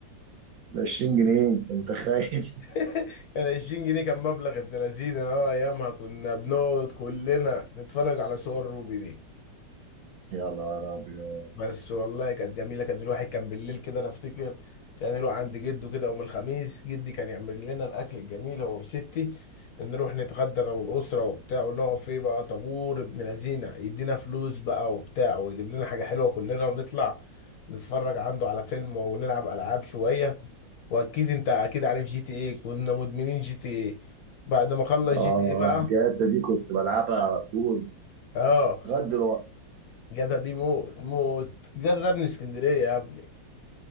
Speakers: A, on the right; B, on the left.
A: 20 جنيه انت متخيل
B: <laughs> كان 20 جنيه كان مبلغ ابن لذينه اه ايامها كنا بنقعد كلنا نتفرج على صور روبي دي
A: يا نهار أبيض
B: بس والله كانت جميله كان الواحد كان بالليل كده انا افتكر كان يروح عند جده كده يوم الخميس جدي كان يعمل لنا الاكل الجميل هو وستي نروح نتغدى انا والاسره وبتاع ونقف فيه بقى طابور ابن لذينه يدينا فلوس بقى وبتاع ويجيب لنا حاجه حلوه كلنا ونطلع نتفرج عنده على فيلم ونلعب العاب شويه واكيد انت اكيد عارف جي تي ايه كنا مدمنين جي تي ايه بعد ما خلص
A: آه
B: جي تي ايه بقى
A: جاتا دي كنت بلعبها على طول
B: اه
A: لغاية دلوقتي
B: جدع دي موت موت جدع ده من اسكندريه يا ابني